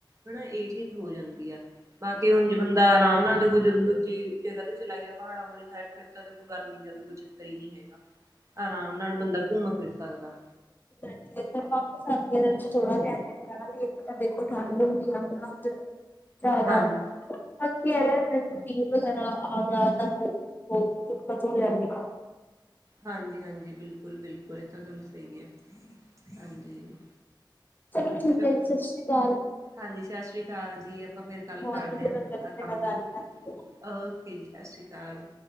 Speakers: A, on the right (about 40°); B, on the left (about 20°).
A: ਹਨਾ ਇਹ ਚੀਜ਼ ਹੋ ਜਾਂਦੀ ਆ ਬਾਕੀ ਹੁਣ ਜੇ ਬੰਦਾ ਆਰਾਮ ਨਾਲ ਦੇਖੋ ਜਦੋਂ ਦੂਜੀ ਜਗ੍ਹਾ ਤੇ ਚਲਾ ਗਿਆ ਪਹਾੜਾਂ ਵਾਲੀ ਸਾਈਡ ਫਿਰ ਤਾਂ ਦੇਖੋ ਗਰਮੀ ਦਾ ਵੀ ਕੋਈ ਚੱਕਰ ਹੀ ਨਹੀਂੀ ਹੈਗਾ ਆਰਾਮ ਨਾਲ ਬੰਦਾ ਘੁੰਮ ਫਿਰ ਸਕਦਾ
B: ਬਾਕੀ ਸਰਦੀਆਂ ਦੇ ਵਿੱਚ ਥੋੜਾ ਜਾਣਾ ਵੀ ਇੱਕ ਤਾਂ ਦੇਖੋ ਠੰਢ ਹੁੰਦੀ ਆ ਹਨਾ ਉੱਧਰ ਜ਼ਿਆਦਾ
A: ਹਾਂਜੀ
B: ਵਗੈਰਾ ਆ ਗਿਆ ਤਾਂ ਫਿਰ ਉਹ ਕਦੋ ਹੋ ਜਾਂਦੀ ਹੈ
A: ਹਾਂਜੀ -ਹਾਂਜੀ ਬਿਲਕੁਲ- ਬਿਲਕੁਲ ਇਹ ਤਾਂ ਗੱਲ ਸਹੀ ਆ ਹਾਂਜੀ,
B: ਚਲੋ ਠੀਕ
A: 'ਚ,
B: ਹੈ ਜੀ ਸਤਿ ਸ਼੍ਰੀ ਅਕਾਲ
A: ਹਾਂਜੀ ਸਤਿ ਸ੍ਰੀ ਅਕਾਲ ਜੀ ਆਪਾਂ ਫਿਰ ਕੱਲ
B: ਬਹੁਤ
A: ਕਰਦੇ
B: ਵਧੀਆ
A: ਹ
B: ਲੱਗਿਆ ਤੁਹਾਡੇ
A: ਕੰਮ
B: ਨਾਲ ਗੱਲ
A: ਕੀ
B: ਕਰਕੇ।
A: ਓਕੇ ਜੀ ਸਤਿ ਸ਼੍ਰੀ ਅਕਾਲ